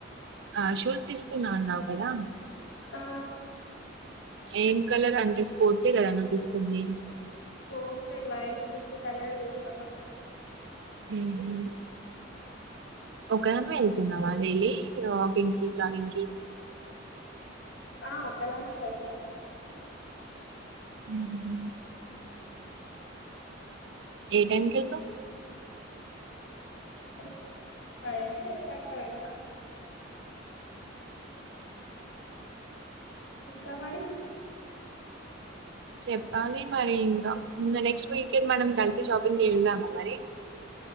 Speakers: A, on the right (about 60°); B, on the left (about 70°).
A: ఆ షూస్ తీసుకున్నా అన్నావు కదా
B: ఆ
A: ఏం కలర్ అంటే స్పోర్ట్సే కదా నువ్వు తీస్కుంది.
B: స్పోర్ట్సే లైట్ పింక్ కలర్ తీస్కున్న
A: హ్ ఒక్కదాన్వే ఎళ్తున్నవా డైలీ వాకింగ్కి, జాగింగ్కి
B: ఆ ఒక్కదాన్నే వెళ్త
A: మ్ ఏ టైమ్కి యెల్తవ్
B: ఆ నైన్ టెన్కి అట్ల వెళ్త ఇంకా మరి
A: చెప్పాలి మరి ఇంకా నెక్స్ట్ వీకెండ్ మనం కలిసి షాపింగ్కి వెళ్దామా మరి